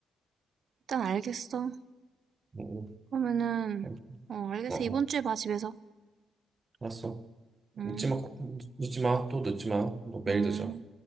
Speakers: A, on the right (about 55°); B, on the right (about 30°).
A: 일단 알겠어.
B: 응,
A: 그러면은,
B: 응.
A: 어, 알겠어.
B: 어, 어,
A: 이번 주에 봐, 집에서.
B: 알았어. 늦지
A: 응,
B: 마, 늦지 마, 또 늦지 마. 너 매일
A: 응.
B: 늦어.